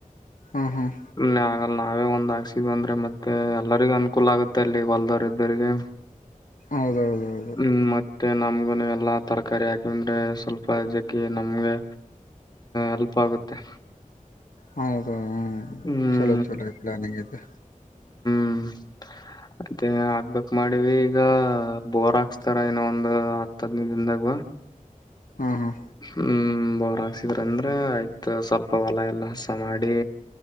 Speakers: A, on the left; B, on the left.
A: ಹಾಂ ಹಾಂ
B: ನಾಗ. ನಾವೇ ಒಂದ್ ಆಾಕ್ಸಿದ್ ಅಂದ್ರೆ ಮತ್ತೆ ಎಲ್ಲರಿಗೂ ಅನುಕೂಲ ಆಗುತ್ತೆ ಅಲ್ಲಿ ಬಲ್ದವರು ಇದ್ದರಿಗೆ.
A: ಹೌದೌದೌದು
B: ಹ್ಮ್ ಮತ್ತೆ ನಮ್ಗೆ. ಎಲ್ಲಾ ತರಕಾರಿ ಹಾಕಿದ್ರೆ ಸ್ವಲ್ಪ ಜಗ್ಗ ನಮ್ಗೆ ಹೆಲ್ಪ್ ಆಗುತ್ತೆ.
A: ಹೌ. ಹ
B: ಹ್ಮ್
A: ಚಲೋ ಚಲೋ ಇಕ್್ಲಾನಿಂಗ ಇದು.
B: ಹ್ಮ್ ಮತ್ತೆ ಹಾಕ್ಬೇಕಕ್ ಮಾಡಿವ ಈಗ ಬೋರ್ ಹಾಕ್ಸ್ತಾರ ಏನೋ ಒಂದು್ ಹತ್ ಹದ್ನೈ ದನ್ದಾಗ.
A: ಹಾಂ ಹಾಂ
B: ಹ್ಮ್ ಬರ. ಹಸಿದ್ರ ಅಂದ್ರೆ ಆಯ್ತ ಸ್ವಲ್ಪ ಹೊಲ ಎಲ್ಲ ಹಸ ಮಾಡಿ.